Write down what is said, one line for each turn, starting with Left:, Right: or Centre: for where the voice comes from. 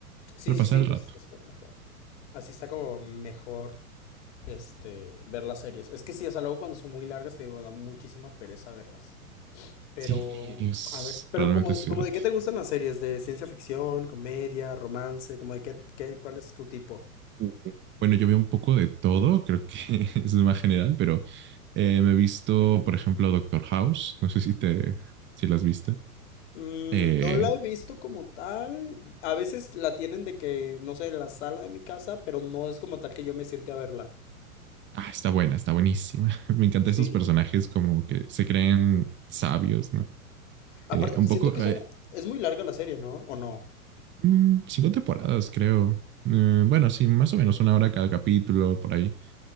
Left: Sí,
Right: Para
Left: sí,
Right: pasar
Left: sí,
Right: el
Left: pues
Right: rato.
Left: está súper mejor. Así está como mejor, este, ver las series. Es que sí, o sea, luego cuando son muy largas, te digo, me da muchísima pereza verlas. Pero,
Right: Sí, es
Left: a ver, pero
Right: realmente
Left: como,
Right: cierto.
Left: como de qué te gustan las series, de ciencia ficción, comedia, romance, como de qué, qué, cuál es tu tipo.
Right: Uh, Bueno, yo veo un poco de todo, creo que <laughs> es más general, pero eh, me he visto, por ejemplo, Doctor House, no sé si te, si las viste.
Left: Mm,
Right: Eh,
Left: no la he visto como tal. A veces la tienen de que, no sé, en la sala de mi casa, pero no es como tal que yo me siente a verla.
Right: ah, está buena, está buenísima. <laughs> Me encantan
Left: Sí.
Right: esos personajes como que se creen sabios, ¿no?
Left: Aparte,
Right: Eh, un
Left: siento
Right: poco,
Left: que es
Right: eh,
Left: una- es muy larga la serie, ¿no? ¿O no?
Right: mm, cinco temporadas, creo. Eh, bueno, sí, más o menos una hora cada capítulo, por ahí,